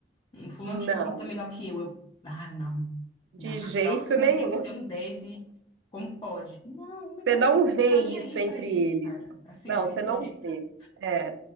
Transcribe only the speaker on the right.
Não,
de
jeito
nenhum.
Você
não
vê
isso
entre
eles.
Não,
você não
vê. É.